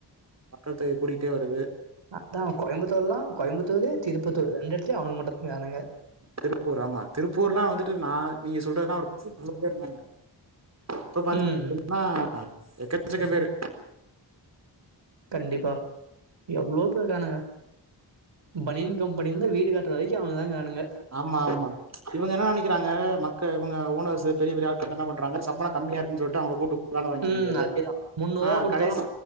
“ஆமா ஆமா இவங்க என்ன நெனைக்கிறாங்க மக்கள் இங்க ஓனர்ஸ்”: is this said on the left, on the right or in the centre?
Right